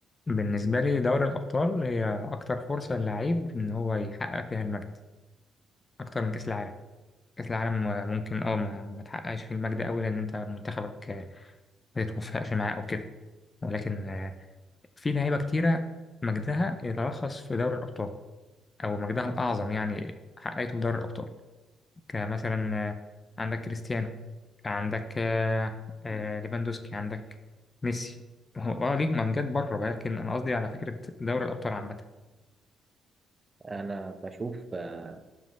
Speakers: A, on the left; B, on the right.
A: بالنسبة لي دوري الأبطال هي أكتر فرصة للعيب إن هو يحقق فيها المجد أكتر من كأس العالم كأس العالم ممكن أه ما, ما تحققش فيه المجد أوي لأن أنت منتخبك آه، ما تتوفقش معاه أو كده ولكن آه، في لعيبة كتيرة مجدها يتلخص في دوري الأبطال أو مجدها الأعظم يعني حققته في دوري الأبطال كمثلا آه، عندك كريستيانو عندك آه، آه، ليفاندوسكي عندك ميسي هو اه ليهم امجاد بره ولكن انا قصدي على فكره دوري الابطال عامه
B: انا بشوف آه،